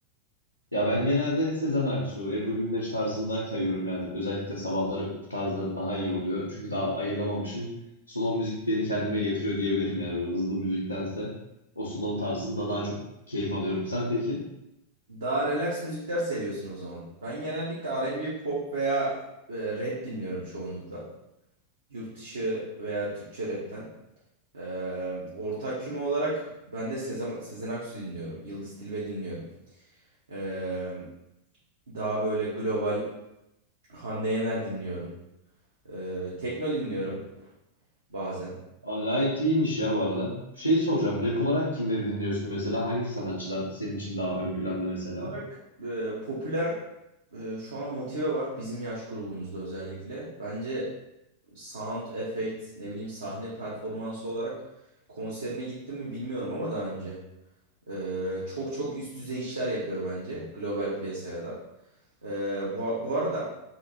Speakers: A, on the left; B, on the right.
A: Ya ben genelde Sezen Aksu, Ebru Gündeş tarzında kayıyorum yani. Özellikle sabahları bu tarzda daha iyi oluyor. Çünkü daha ayıramamışım. Slow müzik beni kendime getiriyor diyebilirim yani böyle hızlı müziktense. O slow tarzında daha çok keyif alıyorum. Sen peki?
B: Daha relax müzikler seviyorsun o zaman. Ben genellikle R&B, pop veya e, rap dinliyorum çoğunlukla. Yurt dışı veya Türkçe rapten. Ee, ortak küme olarak ben de Sezen, Sezen Aksu dinliyorum. Yıldız Tilbe dinliyorum. Ee, Daha böyle global Hande Yener dinliyorum. Ee, tekno dinliyorum bazen.
A: Aa, gayet iyiymiş ya bu arada. Şey soracağım, rap olarak kimleri dinliyorsun mesela? Hangi sanatçılar senin için daha ön planda mesela?
B: Olarak e, popüler e, şu an Motive var bizim yaş grubumuzda özellikle. Bence sound effect ne bileyim sahne performansı olarak konserine gittim mi bilmiyorum ama daha önce. Ee, çok çok üst düzey işler yapıyor bence global piyasaya da. Ee, bu, bu arada